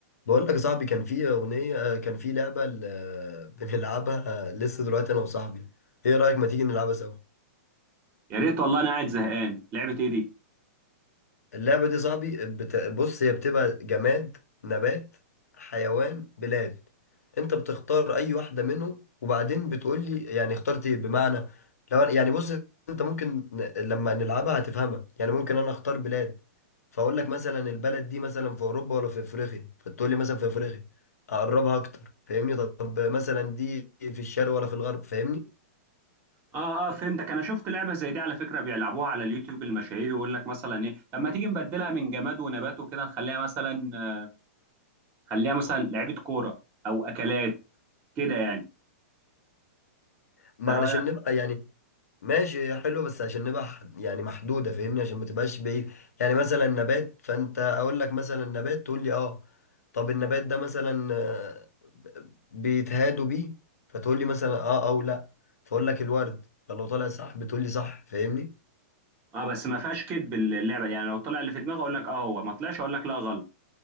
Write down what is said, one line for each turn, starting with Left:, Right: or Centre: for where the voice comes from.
Left: بقول لك يا صاحبي كان في أغنية آه، كان في لعبة ل- بنلعبها آه، لسه دلوقتي أنا وصاحبي إيه رأيك ما تيجي نلعبها سوا
Right: يا ريت والله انا قاعد زهقان لعبه ايه دي
Left: اللعبة دي صاحبي بت... بص هي بتبقى جماد نبات حيوان بلاد انت بتختار اي واحدة منهم وبعدين بتقول لي يعني اخترت ايه بمعنى لو أنا- يعني بص انت ممكن ن- لما نلعبها هتفهمها يعني ممكن انا اختار بلاد فاقول لك مثلا البلد دي مثلا في اوروبا ولا في افريقيا فتقول لي مثلا في افريقيا اقربها اكتر فاهمني طب مثلا دي في الشرق ولا في الغرب فاهمني
Right: اه اه فهمتك انا شفت لعبه زي دي على فكره بيلعبوها على اليوتيوب المشاهير يقول لك مثلا ايه طب ما تيجي نبدلها من جماد ونبات وكده نخليها مثلا خليها مثلا لعبه كوره او اكلات كده يعني
Left: ما
Right: ايه رايك
Left: علشان نبقى يعني ماشي حلو بس عشان نبقى ح- يعني محدودة فاهمني عشان ما تبقاش بعيد يعني مثلا نبات فانت اقول لك مثلا نبات تقول لي اه طب النبات ده مثلا آه، ب- بيتهادوا بيه فتقول لي مثلا اه او لا فاقول لك الورد فلو طلع صح بتقول لي صح فاهمني
Right: اه بس ما فيهاش كدب اللعبه يعني لو طلع اللي في دماغي اقول لك اه هو ما طلعش اقول لك لا غلط